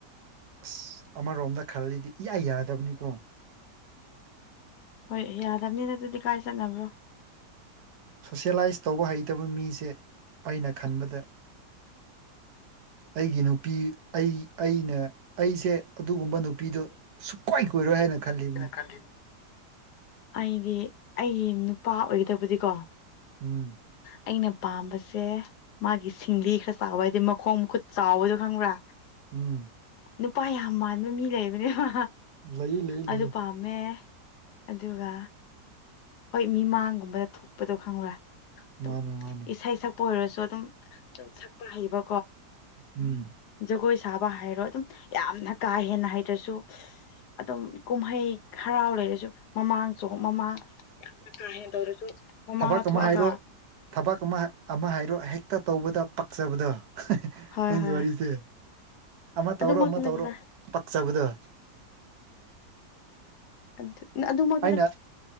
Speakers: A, on the right; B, on the left.
A: ꯑꯁ ꯑꯃꯔꯣꯝꯗ ꯈꯜꯂꯤꯗꯤ ꯏꯌꯥ ꯌꯥꯗꯝꯅꯤꯀꯣ
B: ꯍꯣꯏ ꯌꯥꯔꯝꯅꯤꯅ ꯑꯗꯨꯗꯤ ꯀꯥꯏ ꯆꯠꯅꯕ꯭ꯔꯣ
A: ꯁꯣꯁꯦꯂꯥꯏꯁ ꯇꯧꯕ ꯍꯩꯇꯕ ꯃꯤꯁꯦ ꯑꯩꯅ ꯈꯟꯕꯗ ꯑꯩꯒꯤ ꯅꯨꯄꯤ ꯑꯩ ꯑꯩꯅ ꯑꯩꯁꯦ ꯑꯗꯨꯒꯨꯝꯕ ꯅꯨꯄꯤꯗꯨ ꯁꯨꯛꯀꯣꯏ ꯀꯣꯏꯔꯣꯏ ꯍꯥꯏꯅ ꯈꯜꯂꯤꯕꯅꯤ
B: ꯅ ꯈꯜꯂꯤꯅꯦ ꯑꯩꯗꯤ ꯑꯩꯒꯤ ꯅꯨꯄꯥ ꯑꯣꯏꯒꯗꯕꯗꯤꯀꯣ
A: ꯎꯝ
B: ꯑꯩꯅ ꯄꯥꯝꯕꯁꯦ ꯃꯥꯒꯤ ꯁꯤꯡꯂꯤ ꯈꯔ ꯆꯥꯎꯕ ꯍꯥꯏꯗꯤ ꯃꯈꯣꯡ ꯃꯈꯨꯠ ꯆꯥꯎꯕꯗꯣ ꯈꯪꯕ꯭ꯔꯥ
A: ꯎꯝ
B: ꯅꯨꯄꯥ ꯌꯥꯝ ꯃꯥꯟꯕ ꯃꯤ ꯂꯩꯕꯅꯦꯕ
A: ꯂꯩꯌꯦ ꯂꯩ
B: ꯑꯗꯨ
A: ꯂꯩ
B: ꯄꯥꯝꯃꯦ ꯑꯗꯨꯒ ꯍꯣꯏ ꯃꯤꯃꯥꯡꯒꯨꯝꯕꯗ ꯊꯣꯛꯄꯗꯣ ꯈꯪꯕ꯭ꯔꯥ ꯑꯗꯨꯝ
A: ꯃꯥꯅꯤ ꯃꯥꯅꯤ
B: ꯏꯁꯩ ꯁꯛꯄ ꯑꯣꯏꯔꯁꯨ ꯑꯗꯨꯝ ꯁꯛꯄ ꯍꯩꯕ
A: ꯎꯝ
B: ꯖꯒꯣꯏ ꯁꯥꯕ ꯍꯥꯏꯔꯣ ꯑꯗꯨꯝ ꯌꯥꯝꯅ ꯀꯥ ꯍꯦꯟꯅ ꯍꯩꯇ꯭ꯔꯁꯨ ꯑꯗꯨꯝ ꯀꯨꯝꯍꯩ ꯈꯥꯔꯥꯎ ꯂꯩꯔꯁꯨ ꯃꯃꯥꯡ ꯆꯣ ꯃꯃꯥꯡ ꯌꯥꯝ ꯀꯥꯍꯦ ꯇꯧꯔꯁꯨ ꯃꯃꯥꯡꯗ
A: ꯊꯕꯛ ꯑꯃ
B: ꯊꯣꯛꯑꯒ
A: ꯍꯥꯏꯔꯣ ꯊꯕꯛ ꯑꯃ ꯑꯃ ꯍꯥꯏꯔꯣ ꯍꯦꯛꯇ ꯇꯧꯕꯗ ꯄꯛꯆꯕꯗꯣ
B: ꯍꯣꯏ
A: ꯅꯪꯒꯤ
B: ꯍꯣꯏ
A: ꯋꯥꯔꯤꯁꯦ ꯑꯃ ꯇꯧꯔꯣ
B: ꯑꯗꯨꯃꯛꯇꯤ
A: ꯑꯃ
B: ꯅꯠꯇꯦꯗ
A: ꯇꯧꯔꯣ ꯄꯛꯆꯕꯗꯣ
B: ꯑꯗꯨ ꯅ ꯑꯗꯨꯃꯛ
A: ꯑꯩꯅ